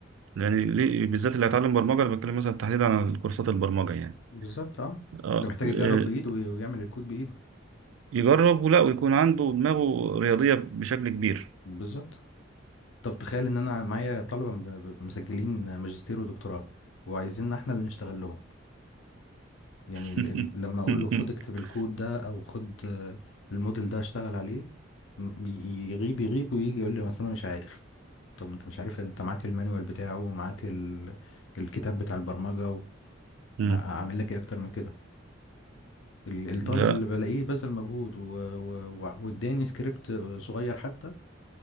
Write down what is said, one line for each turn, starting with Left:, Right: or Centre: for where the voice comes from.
Right: يعني ليه- بالذات اللي هيتعلم برمجة انا بتكلم مثلا تحديدا عن كورسات البرمجة يعني
Left: بالظبط اه
Right: اه
Left: ده محتاج
Right: آه،
Left: يجرب بايده وي- ويعمل الكود بايده
Right: يجرب ولا ويكون عنده دماغه رياضية بشكل كبير
Left: بالظبط طب تخيل ان انا معايا طلبه م- مسجلين ماجستير ودكتوراه وعايزيننا احنا اللي نشتغل لهم يعني ال
Right: <laughs>
Left: ال لما اقول له خد اكتب الكود ده او خد آه، الموديل ده اشتغل عليه م- ي- يغيب يغيب ويجي يقول لي مثلا انا مش عارف طب انت مش عارف انت معاك المانيوال بتاعه ومعاك ال الكتاب بتاع البرمجه و-
Right: مم.
Left: ما اعمل لك ايه اكتر من كده ال- الطالب
Right: لا
Left: اللي بلاقيه بذل مجهود و- و- و- واداني سكريبت صغير حتى